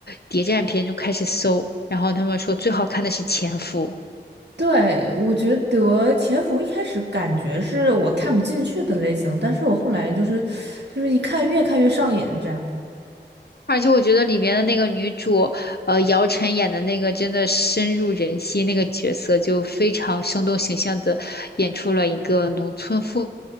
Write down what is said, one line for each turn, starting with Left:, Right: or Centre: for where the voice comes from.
Left: 谍战片，就开始搜。然后他们说最好看的是《潜伏》，
Right: 对，我觉得潜伏一开始感觉是我看不进去的类型，但是我后来就是，就是一看越看越上瘾这样。
Left: 而且我觉得里面的那个女主，呃，姚晨演的那个真的深入人心，那个角色就非常生动形象的演出了一个农村妇